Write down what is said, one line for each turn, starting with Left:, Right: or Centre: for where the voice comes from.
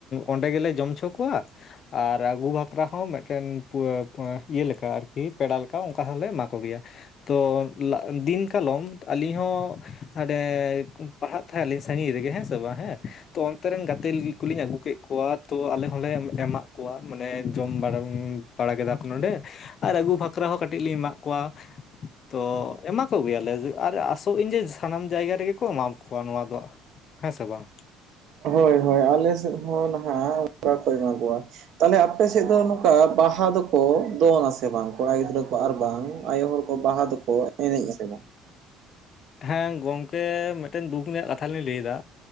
Left: ᱚᱸᱰᱮ ᱜᱮᱞᱮ ᱡᱚᱢ ᱶᱷᱚ ᱠᱚᱣᱟ ᱾ ᱟᱨ ᱟᱜᱩ ᱵᱟᱠᱷᱨᱟ ᱦᱚᱸ ᱢᱤᱫᱴᱮᱱ ᱯᱩᱣᱟ ᱯᱩᱣᱟ ᱤᱭᱟᱹ ᱞᱮᱠᱟ ᱟᱨᱠᱤ ᱯᱮᱲᱟ ᱞᱮᱠᱟ ᱚᱠᱟ ᱦᱚᱸᱞᱮ ᱮᱢᱟ ᱠᱚᱜᱮᱭᱟ ᱛᱚ ᱫᱤᱱ ᱠᱟᱞᱚᱢ ᱟᱹᱞᱤᱧ ᱦᱚᱸ ᱦᱟᱸᱰᱮ ᱯᱟᱲᱦᱟᱜ ᱛᱟᱦᱮᱸᱜ ᱞᱤᱧ ᱥᱟᱺᱜᱤᱧ ᱨᱮᱜᱮ ᱦᱮᱸ ᱥᱮ ᱵᱟᱝ ᱦᱮᱸ ᱾ ᱛᱚ ᱚᱱᱛᱮ ᱨᱮᱱ ᱜᱟᱛᱮ ᱞᱟᱹᱜᱤ ᱠᱚᱞᱤᱧ ᱟᱹᱜᱩ ᱠᱮᱫ ᱠᱚᱣᱟ ᱛᱚ ᱟᱞᱮ ᱦᱚᱸᱞᱮ ᱮᱢᱟᱜ ᱠᱚᱣᱟ ᱢᱟᱱᱮ ᱡᱚᱢ ᱵᱟᱲᱟ ᱩᱸᱻ ᱯᱟᱲᱟ ᱠᱮᱫᱟ ᱠᱚ ᱱᱚᱰᱮ ᱟᱨ ᱟᱹᱜᱩ ᱯᱷᱟᱠᱨᱟ ᱦᱚᱸ ᱠᱟᱹᱴᱤᱡ ᱞᱤᱧ ᱮᱟᱜ ᱠᱚᱣᱟ ᱾ ᱛᱚ ᱮᱢᱟ ᱠᱚ ᱜᱮᱭᱟᱞᱮ ᱟᱨ ᱟᱥᱚᱜ ᱟᱹᱧ ᱡᱮ ᱥᱟᱱᱟᱢ ᱡᱟᱭᱜᱟ ᱨᱮᱜᱮ ᱠᱚ ᱮᱢᱟ ᱠᱚᱣᱟ ᱱᱚᱣᱟ ᱫᱚ ᱦᱮᱸ ᱥᱮ ᱵᱟᱝ ᱾
Right: ᱦᱳᱭ ᱦᱳᱭ ᱟᱞᱮ ᱥᱮᱫ ᱦᱚᱸ ᱱᱟᱦᱟᱜ ᱚᱠᱟ ᱠᱚ ᱮᱢᱟ ᱠᱚᱣᱟ ᱾ ᱛᱟᱦᱚᱞᱮ ᱟᱯᱮ ᱥᱮᱫ ᱫᱚ ᱱᱚᱠᱟ ᱵᱟᱦᱟ ᱫᱚᱠᱚ ᱫᱚᱱᱟᱥᱮ ᱵᱟᱝ ᱠᱚᱲᱟ ᱜᱤᱫᱽᱨᱟᱹ ᱠᱚ ᱟᱨ ᱵᱟᱝ ᱟᱭᱳ ᱦᱚᱲ ᱠᱚ ᱵᱟᱦᱟ ᱫᱚᱠᱚ ᱮᱱᱮᱡ ᱟᱥᱮ ᱵᱟᱝ?
Left: ᱦᱮᱸ ᱜᱚᱝᱠᱮ ᱢᱤᱫᱴᱮᱱ ᱫᱩᱠ ᱨᱮᱭᱟᱜ ᱠᱟᱛᱷᱟ ᱞᱤᱧ ᱞᱟᱹᱭᱫᱟ